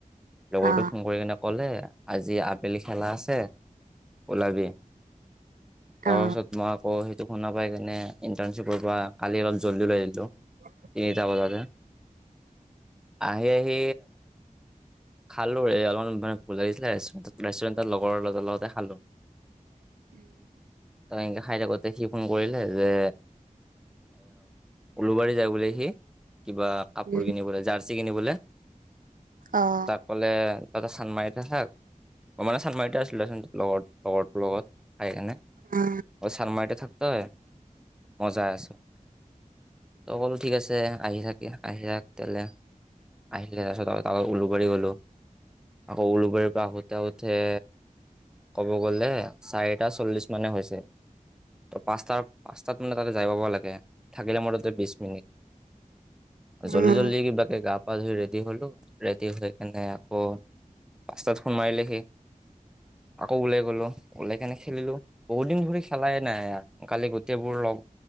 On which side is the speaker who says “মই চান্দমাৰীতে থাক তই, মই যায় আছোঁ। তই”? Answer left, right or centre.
Centre